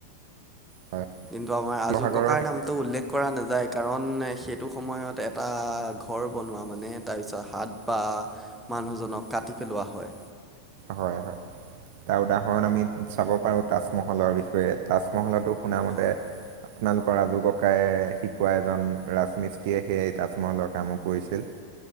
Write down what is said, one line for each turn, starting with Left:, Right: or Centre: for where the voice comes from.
Right: হয়
Centre: কিন্তু আমাৰ আজো
Right: শিৱসাগৰৰ
Centre: ককাইৰ নামটো উল্লেখ কৰা নাযায় কাৰণ সেইটো সময়ত এটা ঘৰ বনোৱা মানে তাৰপিছত হাত বা মানুহজনক কা কাটি পেলোৱা হয়।
Right: হয় হয় তাৰ উদাহৰণ আমি চাব পাৰো তাজমহলৰ বিষয়ে তাজমহলতো শুনা মতে
Centre: হয় হয়
Right: আপোনালোকৰ ৰাজু ককাইে শিকোৱা এজন ৰাজমিস্ত্ৰিয়ীয়ে সেই তাজমহলৰ কামো কৰিছিল।